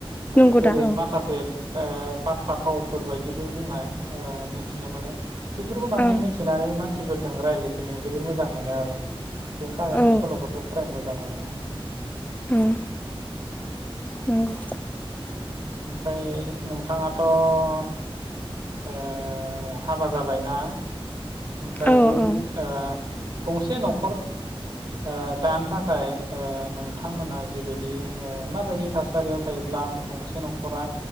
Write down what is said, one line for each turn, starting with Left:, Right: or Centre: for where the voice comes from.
Left: नंगौ
Right: ओ जेरै
Left: दा औ
Right: माखासे ओ बाथ्रा फावफोर बायदिबो बुंनाय ओ मिनथिनो मोनो बेफोरखौ माने
Left: ओं
Right: मिथिनानै मान थि फोरजों रायज्लायफिनो जोबोद मोजां मोनो आरो बेनि थाखायनो
Left: औ
Right: सल'फोरखौ फरायनो मोजां मोजां मोना
Left: उम नंगौ
Right: ओमफ्राय नोंथाङाथ' ओ हाबा जाबायना? ओमफ्राय
Left: औ
Right: बै
Left: औ
Right: ओ, गंसे न'खर, ओ दानो थाखाय ओ नोंथांमोना जिबायदि ओ माबायदि थासारियाव थायोब्ला गंसे न'खरा